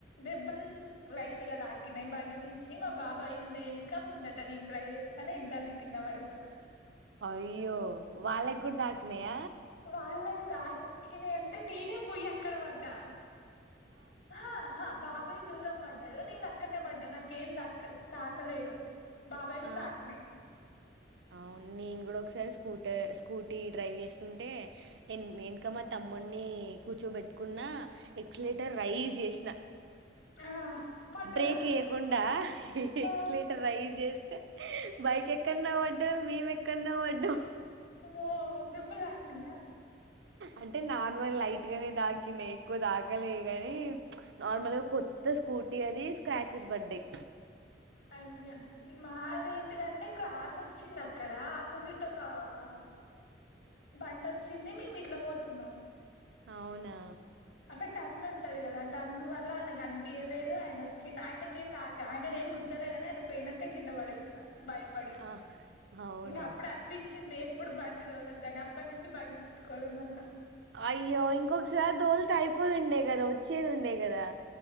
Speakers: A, on the left; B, on the right.
A: దెబ్బల్ లైట్గ దాకినయ్ బండి మించి మా బాబాయ్ ఉండే ఏన్క ముందట నేన్ డైవ్ కని ఇద్దరిని కిందపడెశిన
B: అయ్యో వాళ్ళగుడ్ దాకిినయ
A: వాళ్ళక్ తాక్కినయ్ అంటే నేనే పోయ్ అక్కడ వడ్డా ఆహా హ బాబాయ్ దూరం బడ్డడు నేన్ అక్కనే బడ్డ నాకేం దక్ తాకలేదు బాబాయ్కి
B: ఆ
A: తాకినాయి
B: ఔన్ నేన్ గుడ ఒక్సారి స్కూటె స్కూటీ డ్రైవ్ చేస్తుంటే ఎన్ ఏనక మా తమ్ముని కూర్చోబెట్కున్న ఆ ఎక్సలెటర్ రైస్జ్ జెశ్న
A: ఆ పడ్డారా
B: బ్రేకేయ్యకుండా ఎక్స్లేటర్
A: ఆ
B: రై జేస్తే బైక్ ఎక్కన్నో పడ్డం మేము ఎక్కాన్నో పడ్డం
A: ఓ దేబ్బ దాకినాయ
B: అంటే నార్మల్ లైట్ గానే దాకినయ్ ఎక్కువ దాకలే గనీ నార్మల్గా కొత్త స్కూటీ అది స్క్రాచెస్ బడ్డయ్
A: అయ్యా మాద ఏంటిదంటే క్రాస్ ఒచ్చింది అక్కడ ఆపోజిట్ ఒకవ్ హవ్ బండోచ్చింది మేము ఇట్లా పోతున్నాం
B: అవునా
A: అక్కడ టర్న్ ఉంటది గదా ఆ టర్న్ వల్ల ఆయనకు కనిపియాలేదు. ఆయన వచ్చిండు ఆయనక ఏం దాకా ఆయననే ఏం గుద్దలేగని ఆయన పోయినంక కింద పడేసిన భయపడి
B: ఆ, అవునా
A: ఇంకా అప్పుడే అప్పించింది ఇప్పుడు బయ బండి దొలద్దని అప్పటి నుంచి బండి ముట్టుకోలే మళ్లా
B: అయ్యో ఇంకొకసారి దోలుతే అయిపోయిండే గదా వచ్చేది ఉండే గదా